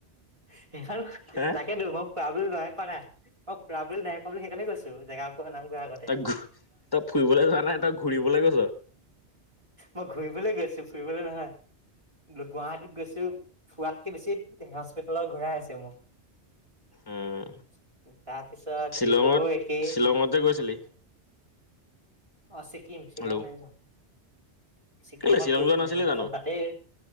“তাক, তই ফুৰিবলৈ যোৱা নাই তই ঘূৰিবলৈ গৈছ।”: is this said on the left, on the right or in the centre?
Left